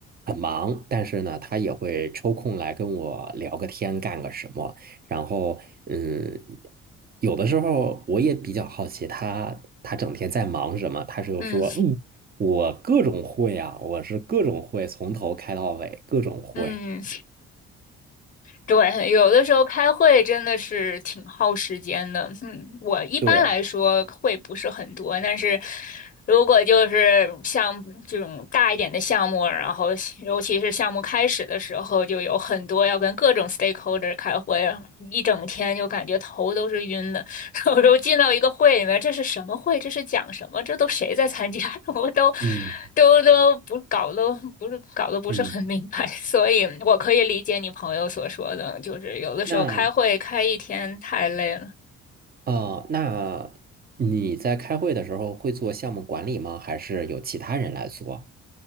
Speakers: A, on the right (about 30°); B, on the left (about 35°).
A: 很忙，但是呢他也会抽空来跟我聊个天，干个什么，然后嗯，有的时候我也比较好奇他他整天在忙什么，他就说嗯，
B: 嗯
A: 我各种会啊，我是各种会，从头开到尾，各种会，
B: 嗯。对，有的时候开会真的是挺耗时间的。嗯，我一般来说会不是很多，
A: 对，
B: 但是如果就是像这种大一点的项目，然后尤其是项目开始的时候，就有很多要跟各种 stakeholder 开会，一整天就感觉头都是晕的。<laughs> 我都进到一个会里面，这是什么会？这是讲什么？这都谁在参加？<laughs> 我都
A: 嗯
B: 都都不搞都不是搞得不是很明白，
A: 嗯。
B: <laughs> 所以我可以理解你朋友所说的，就是有的时候开会开一天太累了。
A: 那呃，那你在开会的时候会做项目管理吗？还是有其他人来做？